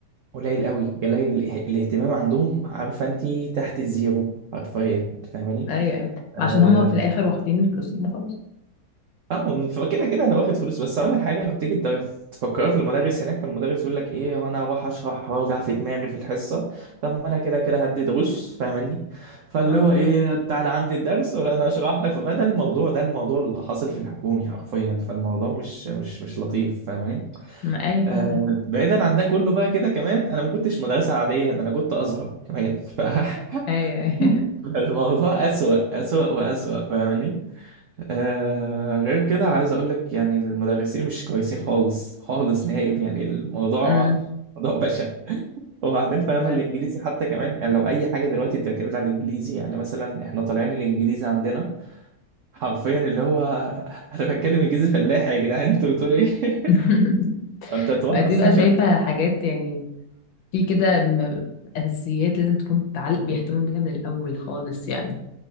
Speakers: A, on the right; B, on the left.
A: قليل قوي قليل اله- الاهتمام عندهم عارفه انت تحت الزيرو حرفيا فاهماني
B: ايوه أيوة.
A: اه
B: عشان هما في الاخر واخدين فلوسهم وخلاص
A: آه، فكده كده انا واخد فلوس بس اقول لك حاجه لو تيجي تدر- تفكري في المدرس هناك فالمدرس يقول لك ايه وانا هروح اشرح واوجع في دماغي في الحصه طب ما انا كده كده هدي دروس فاهماني فاللي
B: اه
A: هو
B: بالظبط
A: ايه تعالى عندي الدرس ولا انا اشرح لك فده الموضوع ده الموضوع اللي حاصل في الحكومي حرفيا فالموضوع مش مش مش لطيف فاهماني
B: ما ايوه فاهمة
A: آه، بعيدا عن ده كله بقى كده كمان انا ما كنتش مدرسه عاديه ده انا كنت ازهر كمان ف... <laughs>
B: ايوه ايوه
A: فالموضوع اسوأ اسوأ واسوأ فاهماني آه غير كده عايز اقول لك يعني المدرسين مش كويسين خالص خالص نهائي يعني الموضوع
B: <laughs> امم
A: موضوع بشع وبعدين فاهمة
B: ما
A: الإنجليزي حتى كمان يعني لو أي حاجة دلوقتي بتعتمد على الإنجليزي يعني مثلا إحنا طالعين الإنجليزي عندنا حرفيا اللي هو <laughs> أنا بتكلم إنجليزي فلاحي يا جدعان أنتوا بتقولوا إيه؟
B: <laughs>
A: <laughs> أنت تروح
B: ما دي
A: أصلا
B: بقى شايفة
A: كمان
B: حاجات يعني في كده م- أساسيات لازم تكون بتعلق بيهتموا بيها من الأول خالص يعني